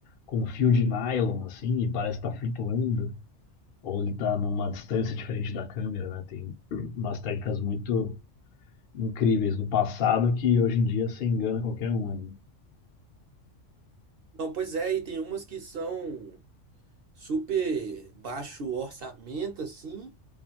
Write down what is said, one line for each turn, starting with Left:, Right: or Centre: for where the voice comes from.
Left: com um fio de nylon, assim, e parece estar flutuando. ou ele está numa distância diferente da câmera, né? Tem umas técnicas muito incríveis do passado que hoje em dia você engana qualquer um ainda.
Right: Não, pois é, e tem umas que são super baixo orçamento, assim,